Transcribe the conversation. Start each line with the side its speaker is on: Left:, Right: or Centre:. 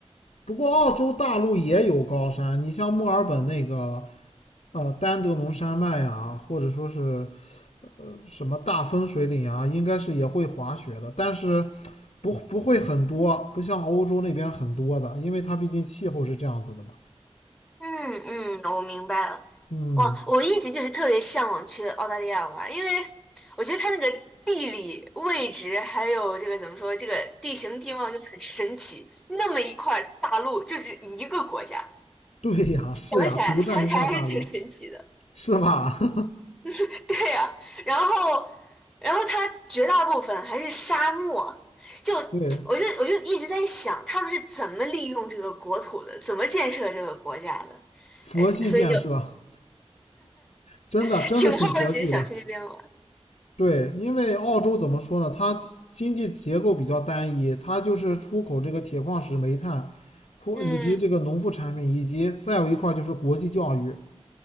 Left: 不过澳洲大陆也有高山，你像墨尔本那个呃丹德农山脉呀、或者说是什么大分水岭啊，应该是也会滑雪的，但是不不会很多，不像欧洲那边很多的，因为它毕竟气候是这样子的嘛。
Centre: 嗯嗯，我明白了。
Left: 嗯，
Centre: 我我一直就是特别向往去澳大利亚玩儿因为我觉得它那个地理位置还有这个怎么说，这个地形地貌就很神奇。那么一块儿大陆就是一个国家，
Left: 对呀，是呀，
Centre: 想起来想起来还是挺神奇的。
Left: 独占一块大陆，是吧？<laughs>
Centre: <laughs> 对呀、然后，然后它绝大部分还是沙漠，就 <tsk>
Left: 对，
Centre: 我就我就一直在想，他们是怎么利用这个国土的，怎么建设这个国家的，
Left: 佛系建设，
Centre: 呃，所以就
Left: 真的真的挺佛系的。
Centre: <laughs> 挺好奇，想去那边玩。
Left: 对，因为澳洲怎么说呢？它经济结构比较单一，它就是出口这个铁矿石、煤炭，或以及这个农副产品，
Centre: 嗯
Left: 以及再有一块儿就是国际教育，